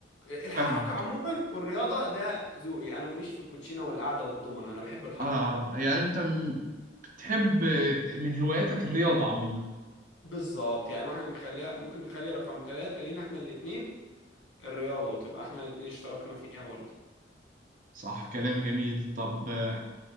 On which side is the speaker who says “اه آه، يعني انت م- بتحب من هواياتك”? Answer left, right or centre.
Right